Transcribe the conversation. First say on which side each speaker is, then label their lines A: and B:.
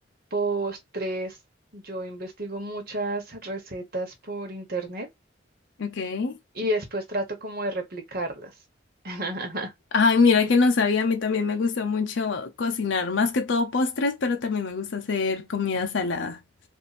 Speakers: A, on the right; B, on the left.
A: postres. Yo investigo muchas recetas por internet
B: Ok.
A: y después trato como de replicarlas. <laughs>
B: Ay, mira que no sabía, a mí también me gusta mucho cocinar, más que todo postres, pero también me gusta hacer comida salada.